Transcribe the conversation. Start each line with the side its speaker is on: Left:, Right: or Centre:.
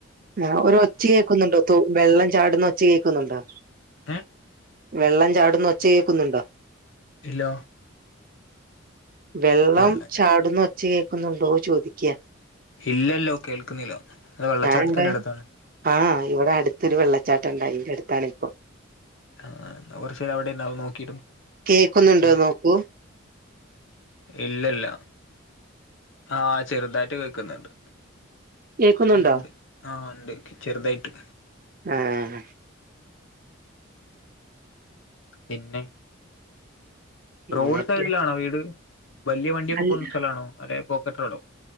Right: ആഹ് ഒരു ഒച്ച കേക്കുന്നുണ്ടോ? തോ വെള്ളം ചാടുന്ന ഒച്ച കേക്കുന്നുണ്ടോ?
Left: ഹേ
Right: വെള്ളം ചാടുന്ന ഒച്ച കേക്കുന്നുണ്ടോ?
Left: ഇല്ലോ
Right: വെള്ളം
Left: ഇല്ല
Right: ചാടുന്ന ഒച്ച കേക്ക്ന്നുണ്ടോ ചോദിക്ക
Left: ഇല്ലല്ലോ കേൾക്കുന്നില്ല അത് വെള്ളച്ചാട്ടത്തിന്റെ
Right: <unintelligible>
Left: അടുത്താണ്
Right: ആഹ് ഇവിടെ അടുത്തൊരു വെള്ള ച്ചാട്ട ഇണ്ട് അയിന്റെ അട്ത്താണ് ഇപ്പ
Left: ആഹ് അഹ് കൊർച്ചേര അവിടെ ഇണ്ടാവു നോക്കിര്ന്നു.
Right: കേക്കുന്നുണ്ടോ
Left: ആഹ്
Right: നോക്കൂ
Left: ഇല്ലല്ല ആഹ് ചെറ്തായിട്ട് കേക്ക്ന്ന്ണ്ട്.
Right: കേക്കുന്നുണ്ടോ
Left: ഉം ഇണ്ട് ആഹ് ഇണ്ട് ചെറ്തായിട്ട്.
Right: ആഹ്
Left: പിന്നെ
Right: പിന്നെപ്പ
Left: റോഡ് സൈഡിലാണോ വീട്. വല്ല്യ വണ്ടിയൊക്കെ
Right: അല്ല
Left: പോവ്ന്ന സ്ഥലആണോ? അതെ പോക്കറ്റ് റോഡോ?